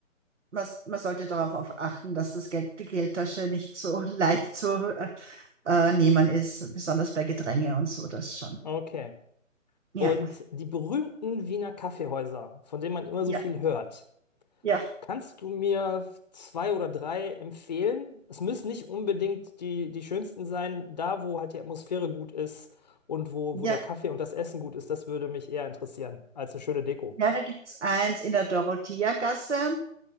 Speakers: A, on the right (about 60°); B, on the left (about 30°).
A: man, man sollte darauf auf achten, dass das Geld, die Geldtasche nicht so <laughs> leicht zu äh, äh, nehmen ist, besonders bei Gedränge und so, das schon.
B: Okay.
A: Ja,
B: Und die berühmten Wiener Kaffeehäuser, von denen man immer
A: ja,
B: so viel hört,
A: ja,
B: kannst du mir zwei oder drei empfehlen? Es müssen nicht unbedingt die, die schönsten sein, da wo halt die Atmosphäre gut ist und wo,
A: ja.
B: wo der Kaffee und das Essen gut ist, das würde mich eher interessieren als eine schöne Deko.
A: Ja, da gibt's eins in der Dorotheagasse.